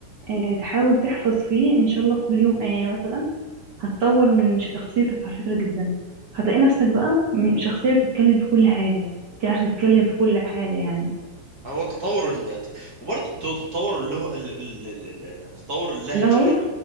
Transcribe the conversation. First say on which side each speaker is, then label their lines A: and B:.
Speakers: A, on the right; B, on the right.
A: آه، تحاول تحفظ فيه ان شاء الله كل يوم آية مثلا هتطور من شخصيتك على فكرة جدا هتلاقي نفسك بقى م- شخصية بتتكلم في كل حاجة تعرف تتكلم في كل حاجة يعني
B: هو التطور ال... وبرضه الت- التطور اللغ... ال- ال- ال- ال- التطور اللهجي
A: <clears throat> لهوي